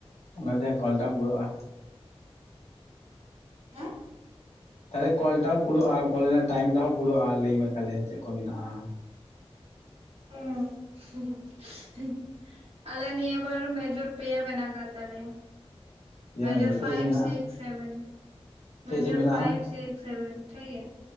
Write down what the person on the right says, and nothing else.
ᱦᱮᱸ
ᱦᱩᱸ <unintelligible> ᱟᱞᱮ ᱱᱤᱭᱟᱹ ᱵᱟᱨ ᱢᱮᱡᱚᱨ ᱯᱮᱭᱟ ᱢᱮᱱᱟᱜ ᱠᱟᱜ ᱛᱟᱞᱮᱭᱟ
ᱢᱮᱡᱚᱨ
ᱯᱷᱟᱭᱤᱵ
ᱥᱤᱠᱥ ᱥᱮᱵᱷᱮᱱ
ᱢᱮᱡᱚᱡ
ᱯᱷᱟᱭᱤᱵ ᱥᱤᱠᱥ ᱥᱮᱵᱮᱱ ᱴᱷᱤᱠ ᱜᱮᱭᱟ